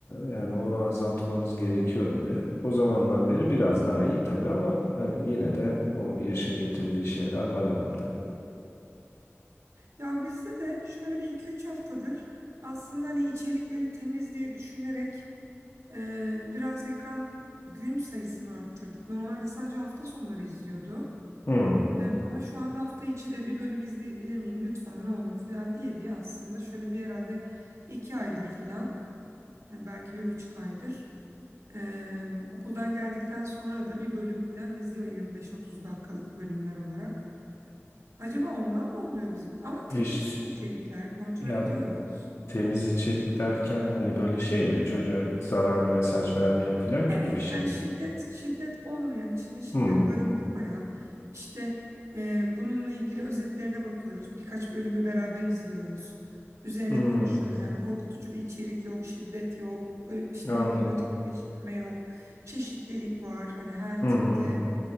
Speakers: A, on the left; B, on the right.
A: yani onu azaltmanız gerekiyor dedi. O zamandan beri biraz daha iyi tabii ama yani yine de o yaşın getirdiği şeyler var herhalde.
B: Ya bizde de şöyle bir iki üç haftadır aslında hani içerikleri temiz diye düşünerek e, biraz ekran gün sayısını arttırdık. Normalde sadece hafta sonları izliyordu.
A: Hmm.
B: Ee, Ama şu anda hafta içi de bir bölüm izleyebilir miyim lütfen ne olur falan diye diye aslında şöyle bir herhalde iki aydır falan e, belki bir buçuk aydır Ee, okuldan geldikten sonra da bir bölüm falan izliyor 25-30 dakikalık bölümler olarak. Acaba ondan mı oluyor bizim? Ama temiz
A: Eş,
B: içerikler kontrol
A: yani
B: ediyoruz.
A: temiz içerik derken hani böyle şey mi? Çocuğa zararlı mesaj vermeyen falan
B: Evet
A: gibi bir şey
B: yani
A: mi?
B: şiddet şiddet olmayan içinde şiddet
A: Hmm.
B: barındırmayan işte e, bununla ilgili özetlerine bakıyoruz birkaç bölümü beraber izliyoruz üzerine
A: Hmm.
B: konuşuyoruz yani korkutucu bir içerik yok şiddet yok ö- işte
A: Anladım.
B: ne bileyim ötekileştirme yok çeşitlilik var hani her
A: Hı hı.
B: tipte